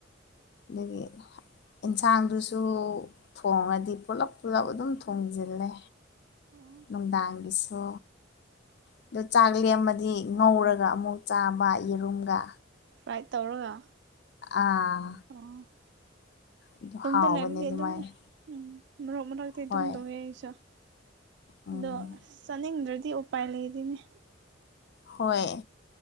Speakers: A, on the left (about 55°); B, on the right (about 60°).
A: ꯑꯗꯒꯤ ꯏꯟꯁꯥꯡꯗꯨꯁꯨ ꯊꯣꯡꯉꯗꯤ ꯄꯨꯂꯞ ꯄꯨꯂꯞ ꯑꯗꯨꯝ ꯊꯣꯡꯖꯤꯜꯂꯦ
B: ꯑꯣ
A: ꯅꯨꯡꯗꯥꯡꯒꯤꯁꯨ ꯑꯗꯨꯗꯣ ꯆꯥꯛ ꯂꯦꯝꯃꯗꯤ ꯉꯧꯔꯒ ꯑꯃꯨꯛ ꯆꯥꯕ ꯌꯦꯔꯨꯝꯒ
B: ꯐ꯭ꯔꯥꯏꯠ ꯇꯧꯔꯒ
A: ꯑꯥ
B: ꯑꯣ
A: ꯑꯗꯨ
B: ꯇꯝꯗ
A: ꯍꯥꯎꯕꯅꯦ
B: ꯂꯩꯔꯗꯤ
A: ꯑꯗꯨꯃꯥꯏꯅ
B: ꯑꯗꯨꯝ ꯎꯝ ꯃꯔꯣꯛ ꯃꯔꯇꯤ ꯑꯗꯨꯝꯗꯣꯛꯑꯦ
A: ꯍꯣꯏ
B: ꯑꯩꯁꯨ
A: ꯎꯝ
B: ꯑꯗꯣ ꯆꯥꯅꯤꯡꯗ꯭ꯔꯗꯤ ꯎꯄꯥꯏ ꯂꯩꯗꯣꯏꯅꯦ
A: ꯍꯣꯏ